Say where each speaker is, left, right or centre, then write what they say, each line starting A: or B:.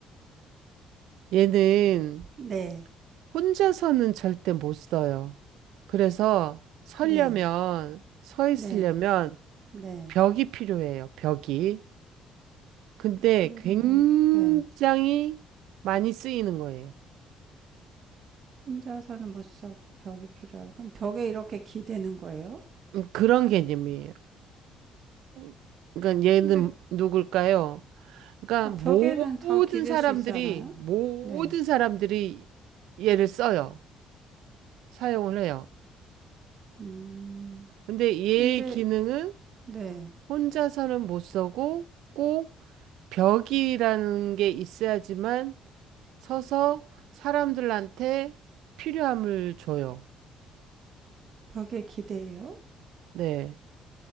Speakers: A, on the right; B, on the right.
A: 얘는
B: 네,
A: 혼자서는 절대 못 써요. 그래서 서려면,
B: 네,
A: 서 있으려면
B: 네, 네.
A: 벽이 필요해요, 벽이. 근데
B: 그럼
A: 굉장히
B: 뭐, 네.
A: 많이 쓰이는 거예요.
B: 혼자서는 못 쓰고 벽이 필요해요. 그럼 벽에 이렇게 기대는 거예요?
A: 음, 그런 개념이에요. 음, 그러니까 얘는
B: 근데
A: 누굴까요? 그러니까
B: 아, 벽에는 다
A: 모든
B: 기댈
A: 사람들이
B: 수 있잖아요.
A: 모든
B: 네,
A: 사람들이 얘를 써요. 사용을 해요.
B: 음,
A: 근데 얘의
B: 근데
A: 기능은
B: 네,
A: 혼자서는 못 쓰고 꼭 벽이라는 게 있어야지만 서서 사람들한테 필요함을 줘요.
B: 벽에 기대요?
A: 네.